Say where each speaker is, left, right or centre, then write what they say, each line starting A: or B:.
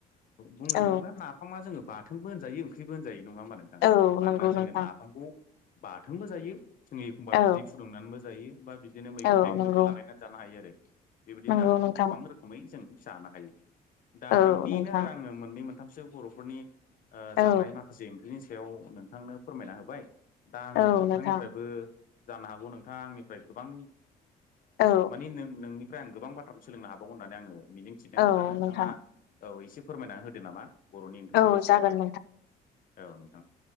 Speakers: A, on the left; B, on the left.
A: बुंनो
B: औ
A: थाङोब्ला ना नाफाङा जोङो बाथोनबो होनजायो ओंख्रिबो होनजायो नङामा नोंथां
B: औ
A: मानोना
B: नंगौ
A: जोङो
B: नोंथां
A: नाफामखौ बाथोनबो जायो जोंङो एखमबा
B: औ
A: बिदै फुदुंनानैबो जायो बा बिदिनो मैगं
B: औ
A: थाइगंजोंबो
B: नंगौ
A: लागायनानै जानो हायो आरो बेबायदि
B: नंगौ
A: नाफोरखौ
B: नोंथां
A: गोबां रोखोमै जों जानो हायो। दा
B: औ
A: बेनो
B: नोंथां
A: आरो आङो मोननै मोनथामसो बर'फोरनि
B: औ
A: जानाय माखा। जि ओंख्रिनि सायाव नोंथांनो फोरमायना होबाय दा आङो
B: औ
A: नोंथांनिफ्रायबो
B: नोंथां
A: जानो हागौ नोंथाङा आंनिफ्राय गोबां
B: औ
A: माने नों नोंनिफ्राय आं गोबां बाथ्राखौ सोलोंनो हाबावगोन होननानै आङो मिजिंथिदों
B: औ
A: दा नोंथाङा
B: नोंथां
A: औ एसे फोरमायनानै होदो नामा बर'नि ओंख्रिफोरनि
B: औ
A: सायावहाय
B: जागोन
A: औ नोंथां।